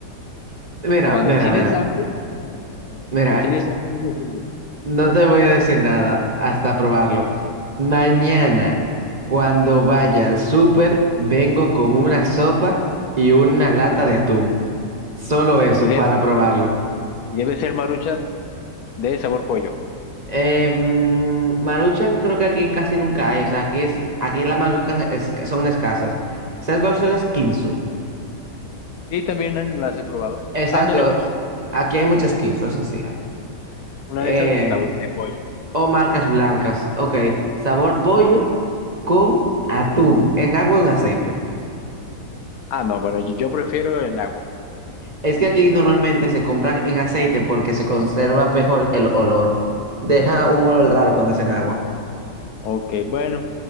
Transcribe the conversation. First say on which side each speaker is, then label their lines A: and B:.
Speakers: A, on the right; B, on the left.
A: Mira,
B: Cuando
A: mira,
B: tienes
A: mira,
B: hambre, no, no,
A: mira,
B: cuando tienes hambre no me juzgues, por
A: no
B: favor.
A: te voy a decir nada hasta probarlo. Mañana, cuando vaya al súper, vengo con una sopa y una lata de atún. Solo eso
B: Y debe,
A: para probarlo.
B: y debe ser marucha de sabor pollo.
A: Eh, mm, Maruchan creo que aquí casi nunca hay, o sea, aquí es, aquí las Maruchan es- son escasas. ¿Sabes cuáles son las Kinzu?
B: Y también las he probado.
A: Exacto,
B: Ándale, pues
A: aquí hay muchas Kinzu, eso sí hay.
B: una
A: Eh,
B: de esas sab- de pollo.
A: o marcas blancas, ok, sabor pollo con atún, en agua o en aceite.
B: ¿no? Ah, no, bueno, yo yo prefiero en agua.
A: Es que aquí normalmente se compran en aceite porque se conserva mejor el olor. Deja un olor raro cuando es en agua.
B: Ok, bueno,